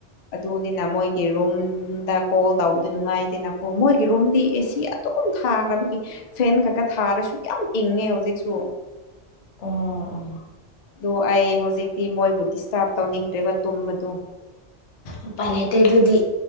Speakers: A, on the left; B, on the left.
A: ꯑꯗꯨꯅꯤꯅ ꯃꯣꯏꯒꯤ ꯔꯨꯝꯗ ꯀꯣꯜ ꯇꯧꯕꯗꯨ ꯅꯨꯡꯉꯥꯏꯗꯦꯅꯀꯣ ꯃꯣꯏꯒꯤ ꯔꯨꯝꯗꯤ ꯑꯦꯁꯤ ꯑꯗꯨꯝ ꯊꯥꯈ꯭ꯔꯕꯒꯤ ꯐꯦꯟ ꯈꯛꯀ ꯊꯥꯔꯁꯨ ꯌꯥꯝ ꯏꯪꯉꯦ ꯍꯧꯖꯤꯛꯁꯨ
B: ꯑꯣ
A: ꯑꯗꯨ ꯑꯩ ꯍꯧꯖꯤꯛꯇꯤ ꯃꯣꯏꯕꯨ ꯗꯤꯁꯇꯥꯔꯕ ꯇꯧꯅꯤꯡꯗ꯭ꯔꯦꯕ ꯇꯨꯝꯕꯗꯨꯣ
B: ꯎꯄꯥꯏ ꯂꯩꯇꯦ ꯑꯗꯨꯗꯤ